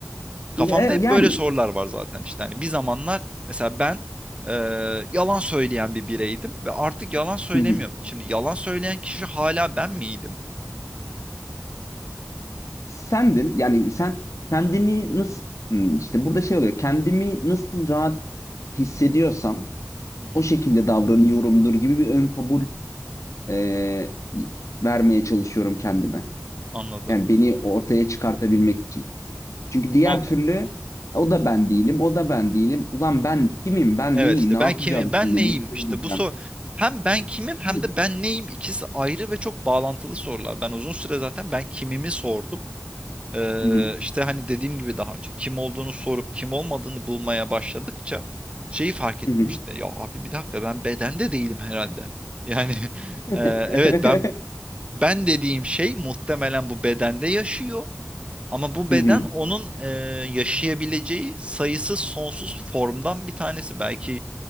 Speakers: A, on the right; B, on the left.
A: Kafamda
B: e,
A: hep
B: yani
A: böyle sorular var zaten işte. Hani bir zamanlar mesela ben e, yalan söyleyen bir bireydim ve artık yalan söylemiyorum.
B: hı hı,
A: Şimdi yalan söyleyen kişi hala ben miydim?
B: sendin yani sen kendini nasıl hmm, işte burada şey oluyor kendimi nasıl rahat hissediyorsam
A: Hı hı,
B: o şekilde davranıyorumdur gibi bir ön kabul e, vermeye çalışıyorum kendime.
A: anladım.
B: Yani beni ortaya çıkartabilmek için. Çünkü diğer
A: Valla.
B: türlü o da ben değilim, o da ben değilim. Ulan ben kimim, ben
A: Evet
B: neyim,
A: işte
B: ne yapacağım
A: ben kimim, ben
B: şimdi,
A: neyim?
B: ne söyleyeceğim?
A: İşte bu soru hem ben kimim hem
B: Hı
A: de ben neyim ikisi ayrı ve çok bağlantılı sorular. Ben uzun süre zaten ben kimimi sordum. Ee,
B: hı
A: işte hani dediğim gibi daha önce kim olduğunu sorup kim olmadığını bulmaya başladıkça şeyi fark ettim
B: hı hı.
A: işte. Ya abi bir dakika ben bedende değilim herhalde. Yani <laughs>
B: <laughs>
A: e, evet ben ben dediğim şey muhtemelen bu bedende yaşıyor. Ama bu
B: Hı
A: beden
B: hı
A: onun e, yaşayabileceği sayısız sonsuz formdan bir tanesi. Belki